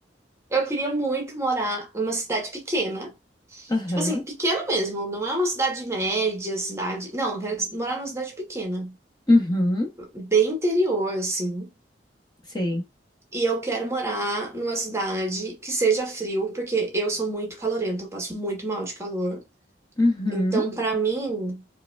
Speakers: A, on the right; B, on the left.
A: Eu queria muito morar numa cidade pequena.
B: aham,
A: Tipo assim, pequena mesmo, não é uma cidade média, cidade. Não, eu quero morar numa cidade pequena,
B: uhum,
A: bem interior, assim.
B: sei.
A: E eu quero morar numa cidade que seja frio, porque eu sou muito calorenta, eu passo muito mal de calor.
B: Uhum,
A: Então, pra mim,